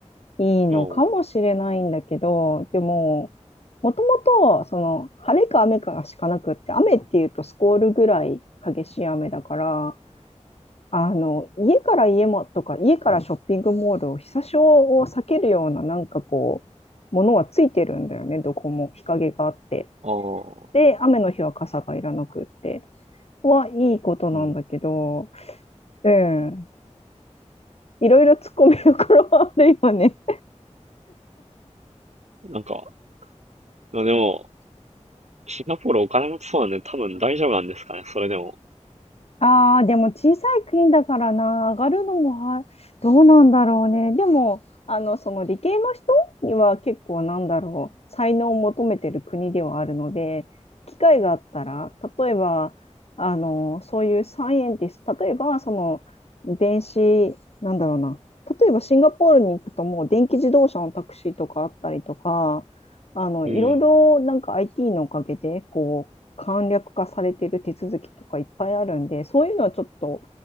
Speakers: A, on the left (about 55°); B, on the right (about 65°).
A: いいのかもしれないんだけど、
B: うん。
A: でも、もともと、その、晴れか雨かしかなくって、雨っていうとスコールぐらい激しい雨だから、あの、家から家もとか、家からショッピングモールを日差しを避けるような、なんかこう、ものはついてるんだよね、どこも日陰があって。
B: ああ、
A: で、雨の日は傘がいらなくって、はいいことなんだけど、
B: うん。
A: うん、いろいろ突っ込みどころはあるよね。
B: なんか、でも、シンガポールお金持ちそうなんで多分大丈夫なんですかね、それでも。
A: ああ、でも小さい国だからな、上がるのもは、どうなんだろうね。でも、あの、その理系の人には結構なんだろう、才能を求めてる国ではあるので、機会があったら、例えば、あの、そういうサイエンティスト、例えば、その、電子、なんだろうな、例えばシンガポールに行くともう電気自動車のタクシーとかあったりとか、あの、
B: うん。
A: いろいろなんか
B: 一
A: IT のおかげで、こう、簡略化されている手続きとかいっぱいあるんで、そういうのはちょっと